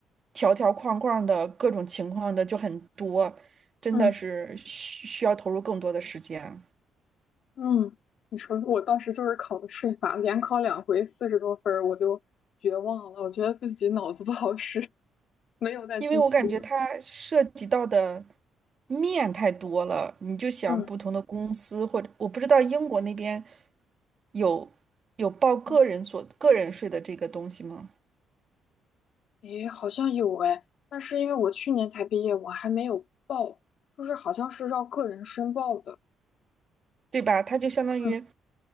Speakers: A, on the right; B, on the left.
A: 条条框框的各种情况的就很多，真的是需需要投入更多的时间，
B: 嗯嗯，你说我当时就是考的税法，连考两回四十多分儿我就绝望了，我觉得自己脑子不好使，没有再继续了。
A: 因为我感觉它涉及到的面太多了。你就想不同的公司，
B: 嗯，
A: 或者我不知道英国那边有有报个人所个人税的这个东西吗？
B: 嗯诶，好像有诶，但是因为我去年才毕业，我还没有报，就是好像是要个人申报的。
A: 对吧？它就相当于
B: 嗯